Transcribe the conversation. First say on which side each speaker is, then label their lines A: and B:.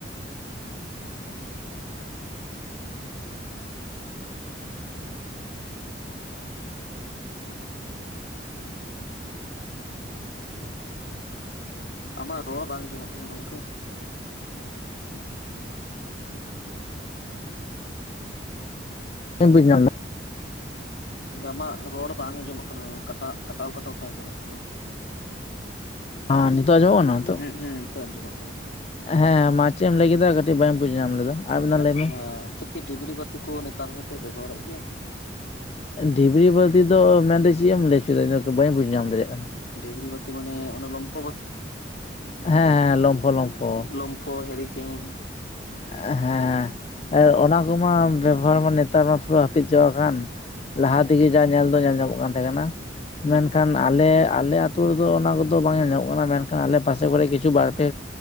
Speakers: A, on the left; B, on the left.
A: ᱟᱢᱟᱜ ᱨᱚᱲ ᱵᱟᱝ ᱟᱡᱚᱢᱚᱜ ᱠᱟᱱᱟ ᱜᱚᱢᱠᱮ᱾
B: ᱮᱢ ᱵᱟᱹᱧ ᱧᱟᱢᱫᱟ
A: ᱟᱢᱟᱜ ᱨᱚᱲ ᱵᱟᱝ ᱟᱸᱡᱚᱢᱚᱜ ᱠᱟᱱᱟ ᱠᱟᱴᱟᱜ, ᱠᱟᱴᱟᱣ ᱠᱟᱴᱟᱣ ᱛᱮ ᱟᱸᱡᱚᱢᱚᱜ ᱠᱟᱱᱟ ᱾
B: ᱦᱚᱸ ᱱᱤᱛᱚᱜ ᱟᱸᱡᱚᱢᱚᱜ ᱠᱟᱱᱟ ᱱᱤᱛᱚᱜ
A: ᱦᱮᱸ ᱦᱮᱸ ᱱᱤᱛᱚᱜ ᱟᱸᱡᱚᱢᱚᱜ ᱠᱟᱱᱟ ᱾
B: ᱦᱮᱸ ᱢᱟ ᱪᱮᱫ ᱮᱢ ᱞᱟᱹᱭ ᱠᱮᱫᱟ ᱠᱟᱹᱴᱤᱡ ᱵᱟᱹᱧ ᱵᱩᱡᱽ ᱧᱟᱢ ᱞᱮᱫᱟ᱾ ᱟᱨ ᱢᱤᱫ
A: ᱦᱮᱸ
B: ᱫᱷᱟᱣ ᱞᱟᱹᱭ ᱢᱮ?
A: ᱦᱮᱸ ᱚᱱᱛᱮ ᱠᱤ ᱰᱤᱵᱨᱤ ᱵᱟᱹᱛᱤ ᱠᱚ ᱱᱮᱛᱟᱨ ᱦᱚᱸᱯᱮ ᱵᱮᱵᱚᱦᱟᱨᱮᱫ ᱜᱮᱭᱟ?
B: ᱰᱤᱵᱨᱤ ᱵᱟᱹᱛᱤ ᱫᱚ ᱢᱮᱱᱫᱚ ᱪᱮᱫ ᱮᱢ ᱞᱟᱹᱭ ᱚᱪᱚᱭᱮᱫᱟ? ᱵᱟᱹᱧ ᱵᱩᱡᱽ ᱧᱟᱢ ᱫᱟᱲᱮᱭᱟᱜ ᱠᱟᱱᱟ᱾
A: ᱰᱤᱵᱨᱤ ᱵᱟᱹᱛᱤ ᱢᱟᱱᱮ ᱚᱱᱮ ᱞᱚᱢᱯᱷᱚ ᱵᱟᱹᱛᱤ ᱾
B: ᱦᱮᱸ ᱞᱚᱢᱯᱷᱚ ᱞᱚᱢᱯᱷᱚ᱾
A: ᱞᱚᱢᱯᱷᱚ, ᱦᱮᱨᱤᱠᱮᱱ ᱾
B: ᱦᱮᱸᱦᱮᱸ ᱟᱨ ᱚᱱᱟ ᱠᱚᱢᱟ ᱵᱮᱵᱷᱟᱨ ᱢᱟ ᱱᱮᱛᱟᱨ ᱢᱟ ᱯᱩᱨᱟᱹ ᱦᱟᱹᱯᱤᱛ ᱪᱟᱵᱟᱜ ᱠᱟᱱ ᱾
A: ᱦᱩᱸ
B: ᱞᱟᱦᱟ ᱛᱮᱜᱮ ᱡᱟ ᱧᱮᱞ ᱫᱚ ᱧᱮᱞ ᱧᱟᱢᱚᱜ ᱠᱟᱱ ᱛᱟᱦᱮᱸ ᱠᱟᱱᱟ,
A: ᱦᱩᱸ
B: ᱢᱮᱱᱠᱷᱟᱱ
A: ᱦᱩᱸ
B: ᱟᱞᱮ ᱟᱞᱮ ᱟᱛᱩ ᱨᱮᱫᱚ ᱚᱱᱟ ᱠᱚᱫᱚ ᱵᱟᱝ ᱧᱮᱞ ᱧᱟᱢᱚᱜ ᱠᱟᱱᱟ ᱢᱮᱱᱠᱷᱟᱱ ᱟᱞᱮ ᱯᱟᱥᱮ ᱠᱚᱨᱮ ᱜᱮ ᱠᱤᱪᱷᱩ ᱵᱟᱨ ᱯᱮ